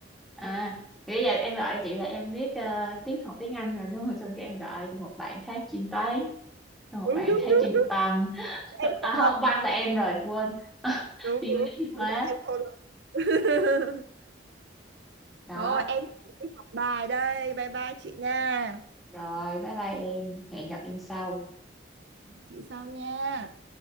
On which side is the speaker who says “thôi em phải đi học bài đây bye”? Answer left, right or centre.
Right